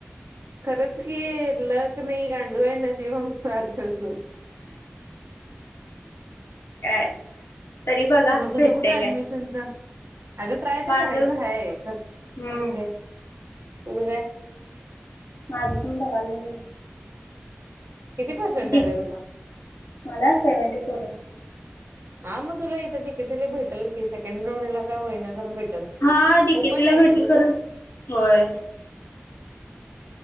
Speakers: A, on the right; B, on the left.
A: खरंच की लक नाही गांडू आहे नशीब आमच आधीपासूनच
B: काय तरी बघा
A: मग तुझं
B: भेटतेय
A: कुठं
B: काय
A: ऍडमिशनच. अगं ट्राय
B: माझं
A: तर करायचं ह
B: हम्म
A: तुझ काय
B: माझं पण बघालेली.
A: किती पर्सेंट
B: डी
A: आलाय तुला.
B: मला सेव्हंटी फोर.
A: हा मग तुला इथं तिकेटीला भेटेल. सेकंड राऊंड ला काय होईनार <unintelligible> मिेटल
B: हा डिकेटीला
A: ओपन आहे
B: भेटेल
A: का तुझ.
B: खरं
A: हम्
B: होय
A: <unintelligible>